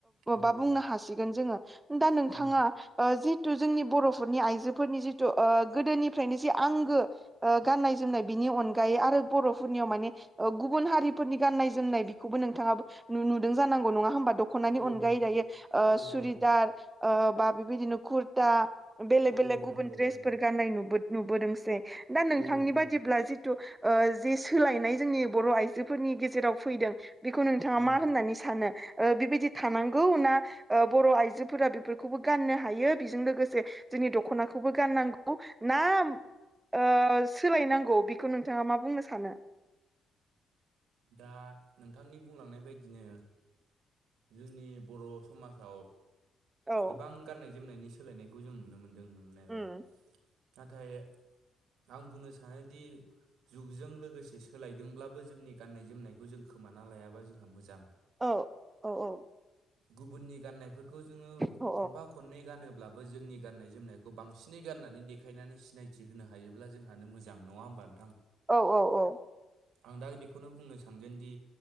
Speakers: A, on the right; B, on the right.
A: औ
B: बा
A: औ
B: बुंनो हासिगोन जोङो दा नोंथाङा
A: उम
B: जि जोंनि बर'फोरनि आइजोफोरनि जिथु ओ गोदोनिफ्रायनो जि आंगो ओ गाननाय-जोमनाय बिनि अन अनगायै आरो बर'फोरनियाव माने ओ गुबुन हारिफोरनि गाननाय जोमनाय बेखौबो नोंथाङाबो नुदों जांगौ नङा होमबा दख'नानायनि
A: औ
B: अनगायै
A: नोंथां
B: दायो
A: औ
B: ओ
A: औ
B: सुरिदार
A: औ
B: ओ बा बेबायदिनो कुरता बेलेग बेलेग
A: औ नोंथां
B: गुबुन
A: औ
B: द्रेसफोर
A: औ
B: गाननाय नुबो नुबोदोंसै दा नोंथांनि
A: औ नोंथां
B: बादिब्ला
A: औ
B: जिथु ओ जे सोलायनाय जोंनि बर' आइजोफोरनि गेजेराव फैदों। बेखौ नोंथाङा
A: औ
B: मा होननानै सानो। ओ बिबिदि थानांगौ ना बर' ओ आइजोफोरा बेफोरखौबो गाननो हायो। जों लोगोसे जोंनि दखनाखौबो गाननांगौ ना ओ सोलायनांगौ बेखौ नोंथाङा मा बुंनो सानो।
A: दा नोंथांनि बुंलांनाय बायदिनो जोंनि बर' समाजाव
B: औ
A: गोबां गाननाय जोमनायनि सोलायनायखौ जों नुनो मोन्दों नुनायालाय।
B: उम
A: नाथाय आं बुंनो सानोदि जुगजों लोगोसे सोलायदोंब्लाबो जोंनि गाननाय जोमनायखौ जों खोमाना लायाबा जोंहा मोजां।
B: औ औ औ।
A: गुबुननि गाननायफोरखौ जोङो
B: औ
A: खनफा खननै गानो ब्लाबो जोंनि गाननाय जोमनायखौ बांसिनै गाननानै देखायनानै सिनायथि होनो हायोब्ला जोंहानो मोजां। नङा होमबा नोंथां।
B: औ औ औ।
A: आं दा बेखौ खौनो बुंनो सानगोन दि